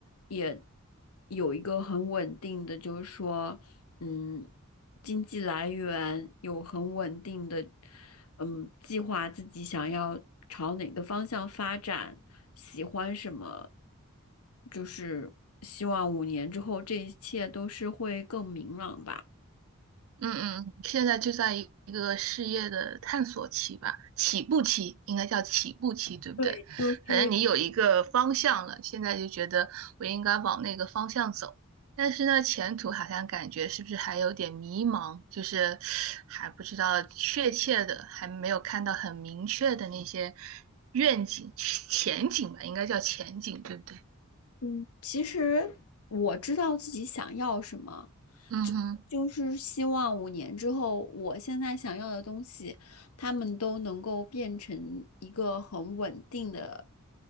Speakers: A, on the left; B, on the right.
A: 也有一个很稳定的，就是说嗯，经济来源有很稳定的，嗯，计划自己想要朝哪个方向发展，喜欢什么，就是希望五年之后这一切都是会更明朗吧。
B: 嗯嗯，现在就在一一个事业的探索期吧，起步期应该叫起步期，对不对？
A: 对，就是，
B: 反正你有一个方向了，现在就觉得我应该往那个方向走，但是呢，前途好像感觉是不是还有点迷茫，就是还不知道确切的，还没有看到很明确的那些愿景、前景吧，应该叫前景，对不对？
A: 嗯，其实我知道自己想要什么，
B: 嗯哼，
A: 就是希望五年之后，我现在想要的东西，他们都能够变成一个很稳定的